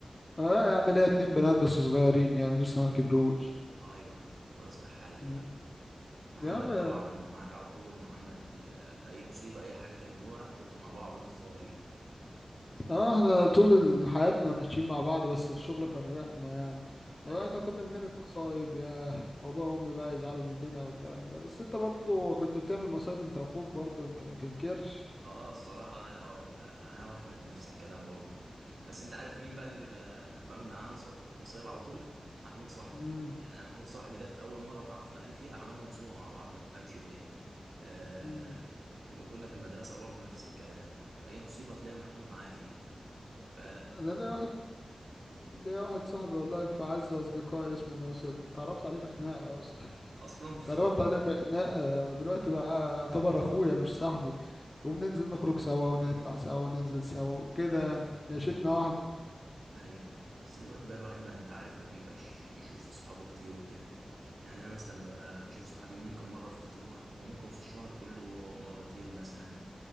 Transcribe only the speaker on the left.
اه يا عم ليا اتنين بنات بس صغيرين يعني لسه ما كبروش
مم.
يا عم
اه احنا طول حياتنا ماشيين مع بعض بس الشغل فرقنا يعني
هو احنا كنا بنعمل مصايب يا بابا وامي بقى يزعلوا مننا والكلام ده بس انت برضو كنت بتعمل مصايب انت واخوك برضو انت ما تنكرش
امم
امم
انا ليا واحد ليا واحد صاحبي والله في اعز اصدقائي اسمه ناصر اتعرفت عليه في خناقه اصلا
<laughs> اتعرفت عليه في خناقه ودلوقتي بقى يعتبر اخويا مش صاحبي وبننزل نخرج سوا ونطلع سوا وننزل سوا وكده يعني عيشتنا
واحده